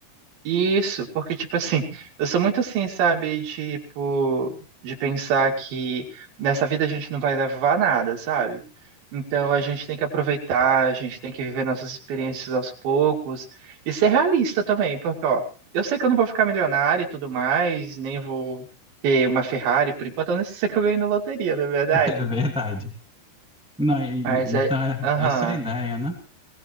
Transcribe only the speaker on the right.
Isso, porque, tipo assim, eu sou muito assim, sabe? Tipo, de pensar que nessa vida a gente não vai levar nada, sabe? Então a gente tem que aproveitar, a gente tem que viver nossas experiências aos poucos e ser realista também, porque, ó, eu sei que eu não vou ficar milionário e tudo mais, nem vou ter uma Ferrari, por enquanto eu não sei que eu ganhei na loteria, não é verdade?
Mas
é.
Aham.